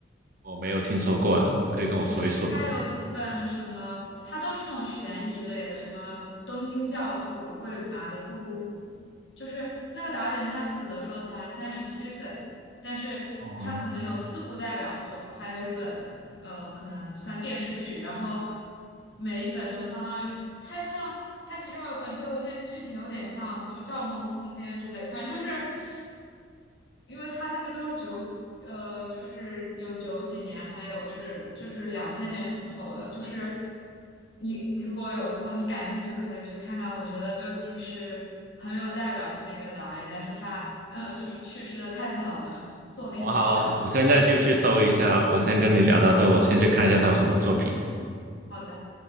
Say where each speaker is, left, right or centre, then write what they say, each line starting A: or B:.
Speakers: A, on the right; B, on the left.
A: 我没有听说过，你可以跟我说一说吗？
B: 就是他有几本什么，他都是那种悬疑类的，什么《东京教父》《喂马的布屋》，就是那个导演他死的时候才三十七岁，但是他可能有四部代表作，
A: 哦，
B: 还有一本呃，可能算电视剧，然后每一本都相当于他像他其中有一本就那剧情有点像就《盗梦空间》之类，反正就是。因为他那个都是九，呃，就是有九几年，还有是就是两千年出头的，就是你如果有空，你感兴趣可以去看看。我觉得就其实很有代表性的一个导演，但是他呃就是去世的太早了，<laughs> 作品很少。
A: 我好啊，我现在就去搜一下。我先跟你聊到这，我先去看一下他有什么作品。
B: 好的。